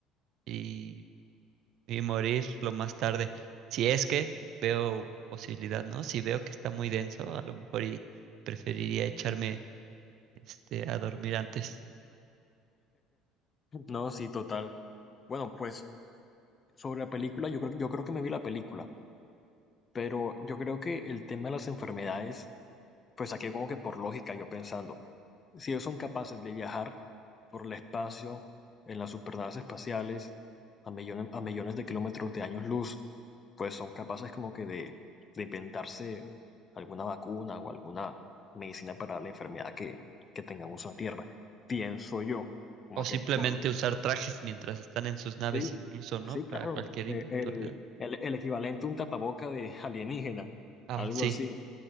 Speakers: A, on the right (about 50°); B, on the left (about 20°).
A: y y morir lo más tarde. Si es que veo posibilidad, ¿no? Si veo que está muy denso, a lo mejor y preferiría echarme este a dormir antes.
B: no, sí, total. Bueno, pues sobre la película, yo creo, yo creo que me vi la película, pero yo creo que el tema de las enfermedades, pues aquí como que por lógica yo pensando, si ellos son capaces de viajar por el espacio, en las supernaves espaciales, a millones, a millones de kilómetros de años luz, pues son capaces como que de, de inventarse alguna vacuna o alguna medicina para la enfermedad que, que tengamos en la Tierra. Pienso yo, como
A: O simplemente
B: que por...
A: usar trajes mientras están en sus naves,
B: Sí,
A: incluso, ¿no?
B: sí, claro.
A: Para cualquier
B: eh,
A: eventualidad.
B: El, el, el equivalente a un tapaboca de <laughs> alienígena,
A: Ah,
B: algo
A: sí.
B: así.